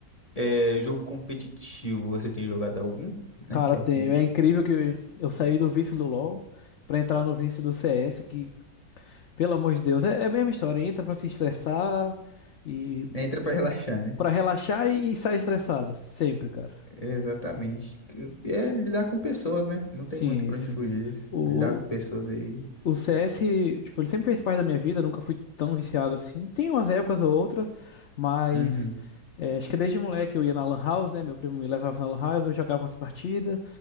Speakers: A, on the left; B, on the left.
A: é... jogo competitivo, você tem jogado algum, né?
B: Cara,
A: Que é
B: tenho.
A: o que.
B: É incrível que eu saí do vício do LoL pra entrar no vício do CS, que, pelo amor de Deus, é é a mesma história. Entra pra se estressar e
A: Entra pra relaxar, né?
B: pra relaxar e sai estressado. Sempre, cara.
A: Exatamente. É lidar com pessoas, né? Não
B: Sim,
A: tem muito pra
B: sim.
A: onde fugir.
B: O,
A: Lidar com pessoas aí.
B: o CS, tipo, ele sempre fez parte da minha vida, nunca fui tão viciado assim. Tem umas épocas ou outra, mas
A: Uhum.
B: é, acho que desde moleque eu ia na Lan House, né? Meu primo me levava na Lan House, eu jogava umas partidas.